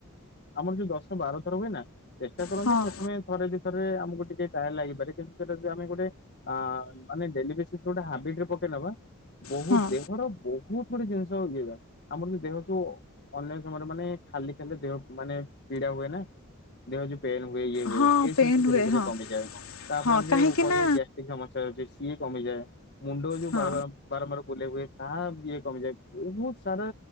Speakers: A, on the left; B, on the left.
A: ଆମର ଯୋଉ ଦଶ ବାର ଥର ହୁଏ ନା, ଚେଷ୍ଟା କରନ୍ତୁ
B: ହଁ
A: ପ୍ରଥମେ ଥରେ ଦିଥରେ ଆମକୁ ଟିକେ ଟାଇମ୍ ଲାଗିପାରେ କିନ୍ତୁ ସେଟା ଯଦି ଆମେ ଗୋଟେ ଅ ଆମେ ଡେଲି ବେସିସ୍ ଗୋଟେ ହାବିଟ୍ ରେ ପକେଇ ନବା ବହୁତ୍
B: ହଁ
A: ଦେହର ବହୁତ୍ ଗୋଟେ ଜିନିଷ ଇଏ ବା ଆମର ଦେହ ଯୋଉ ଅନ୍ୟ ସମୟରେ ମାନେ ଖାଲି ଖାଲି ଦେହ ମାନେ ପୀଡା ହୁଏ ନା, ଦେହ ଯେ ପେନ୍ ହୁଏ ଇଏ ହୁଏ
B: ହଁ
A: ଏଇ
B: ପେନ୍
A: ସବୁ ସେ ଧୀରେ
B: ହୁଏ
A: ଧୀରେ
B: ହଁ
A: କମିଯାଏ। ତାପରେ
B: ହଁ
A: ଆମେ
B: କାହିଁକି
A: ଯୋଉ ସମସ୍ୟା
B: ନା
A: ହଉଚି ସିଏ କମି ଯାଏ। ମୁଣ୍ଡ ଯଉ
B: ହଁ
A: ବାର ବାର ବାରମ୍ବାର ବୁଲେ ହୁଏ ତାହା ଇଏ କମିଯାଏ ବହୁତ୍ ସାରା